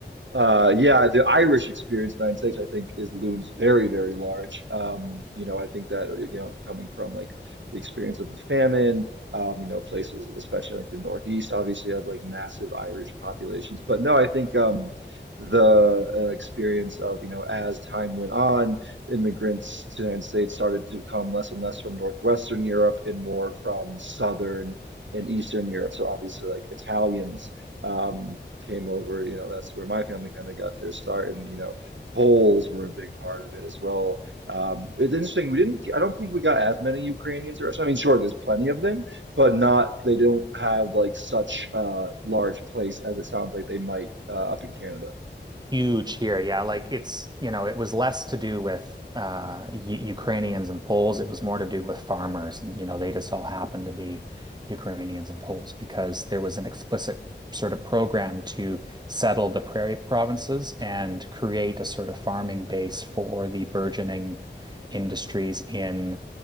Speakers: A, on the right; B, on the right.
A: uh, yeah, the Irish experience in the United States, I think, is looms very, very large. Um, you know, I think that, you know, coming from like the experience of the famine, um, you know, places, especially like the Northeast, obviously have like massive Irish populations. But no, I think um, the uh, experience of, you know, as time went on, immigrants to the United States started to come less and less from Northwestern Europe and more from Southern and Eastern Europe. So obviously like Italians um, came over. You know, that's where my family kind of got their start, and you know, Poles were a big part of it as well. Um, it's interesting. We didn't. I don't think we got as many Ukrainians or Russians. I mean, sure, there's plenty of them, but not. They don't have like such a large place as it sounds like they might uh, up in Canada.
B: huge here. Yeah, like it's, you know, it was less to do with uh U Ukrainians and Poles. It was more to do with farmers, and you know, they just all happened to be Ukrainians and Poles because there was an explicit sort of program to settle the prairie provinces and create a sort of farming base for the burgeoning industries in